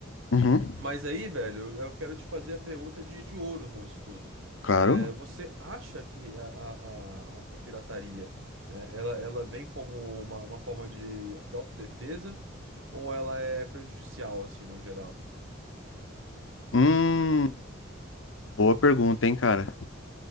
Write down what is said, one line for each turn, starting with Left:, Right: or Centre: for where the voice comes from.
Left: Uhum.
Right: Mas aí, velho, eu quero te fazer a pergunta de, de ouro com isso tudo.
Left: Claro.
Right: Eh, você acha que a, a, a- a pirataria, né, ela, ela vem como uma, uma forma de, de autodefesa ou ela é prejudicial, assim, no geral?
Left: Hum, boa pergunta, hein, cara?